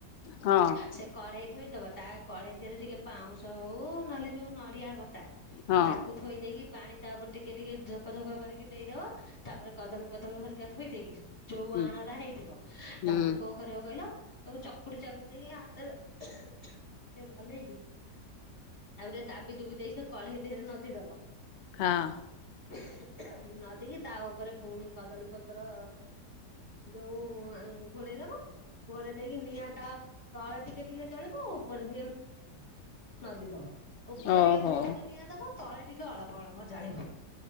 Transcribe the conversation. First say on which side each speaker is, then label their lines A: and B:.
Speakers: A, on the left; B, on the left.
A: ହଁ
B: ସେ କଢେଇ ଥୋଇଦବ ତା କଢେଇ ଦିହରେ ଟିକେ ପାଉଁଶ ହଉ ନହେଲେ ଯୋଉ ନଡିଆ କ ତା
A: ହଁ
B: ତାକୁ ଥୋଇ ଦେଇକି ପାଣି ତା ଉପରେ ଟିକେ ଟିକେ ଝକ ଝକ କରିକି ଦେଇଦବ ତାପରେ କଦଳୀ ପତ୍ର ହେରିକା ଥୋଇଦେଇକି ଯୋଉ
A: ହୁଁ
B: ଆଣରା ହେଇଥିବ
A: ହୁଁ
B: ତାକୁ କଣ କରିବ କହିଲ ତାକୁ ଚକୁଡି ଚାକୁଡି ଦେଇକି ହାତରେ ଓହୁଁ ଓହୁଁ କେ ଭଲେଇକି ତାକୁ ଟିକେ ଦାବି ଦୁବି ଦେଇ ସେ କଢେଇ ଦେହରେ ନଧି ଦବ।
A: ହଁ।
B: ହୁଁ ହୁଁ ନଦିକି ତା ଉପରେ ଫୁଣି କଦଳୀ ପତ୍ର ଯୋଉଁ ଆଁ ଘୋଡେଇ ଦବ। ଘୋଡ଼େଇ ଦେଇକି ନିଆଁ ତା ତଳେ ଟିକେ ଟିକେ ଜଳିବ ଓପରେ ଟିକେ ନଦୀ ଦବ ଓପରେ
A: ଓହୋ
B: ଟିକେ ବହୁତୁ ନିଆଁ ଦବ ତଳେ ଟିକେ ଅଳପ ଅଳପ ଜାଳିବ।